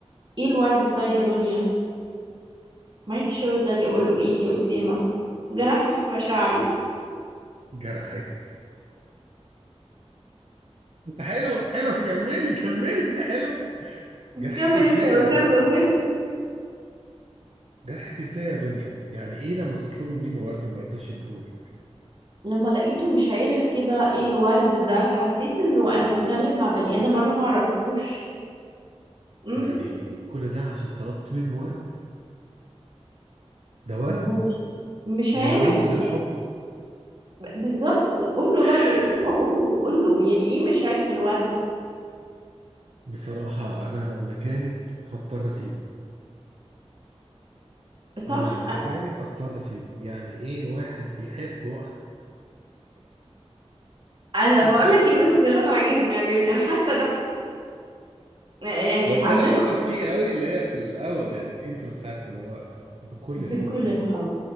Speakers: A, on the right; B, on the right.
A: ايه الورد ده يا دنيا مالكش رد عليه اقول له ايه يا أسيما جرحني في مشاعري
B: جرحك حلو حلو كملي كملي ده حلو جرحك
A: كمل
B: ازاي
A: انت يا
B: يا
A: استاذ
B: دنيا
A: أسامة
B: جرحك ازاي يا دنيا يعني ايه لما تطلبي منه ورد ما يرضاش يديهولك
A: لما لقيته مش عارف كده ايه الورد ده حسيت انه انا بتكلم مع بني ادم انا معرفوش امم
B: يعني كل ده عشان طلبت منه ورد ده ورد
A: ما هو مش
B: ده
A: عارف
B: رمز
A: ال-
B: الحب
A: بالظبط قول له
B: <sighs>
A: بقى يا اسامه قول له قول له يعني ايه مش عارف الورد
B: بصراحة أنا لو مكانك هضطر أسيبه
A: صح
B: انا لو مكانك
A: انا
B: اضطر اسيبه يعني ايه واحد بيحب وقت
A: انا
B: <laughs>
A: بقول لك ايه بس لا انا عاجبني عاجبني انا حاسه ان إحنا- يعني
B: بس
A: عندنا
B: انا شاطر فيه قوي اللي هي في الاول يعني الانترو بتاعت اللي هو بكل
A: بكل
B: الحب
A: الحب